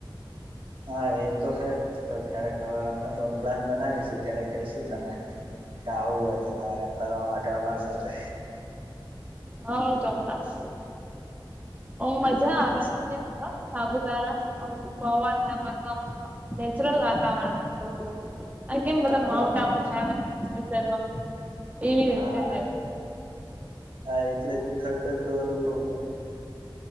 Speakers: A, on the right; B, on the right.
A: હા, એ તો હેજ, તો ક્યારેક હવે અમે પણ પ્લાન બનાવીશું ત્યારે કેશું તને આવું હોય, તો તારે ફરવા માટે અમાર સાથે
B: હા, ચોક્કસ ઓમ મજા
A: ચોક્કસ
B: આવી સાપુતારા પવન ને બધુ નેચરલ વાતાવરણ, થોડું થોડું આ કેમ બધા
A: પરંતુ
B: માઉન્ટ
A: અમ
B: આબુ, જાય રા સિઝનમા એવી રીતે
A: હા
B: હે
A: હા, એટલે જ ઠંડક નો અનુભવ થાય.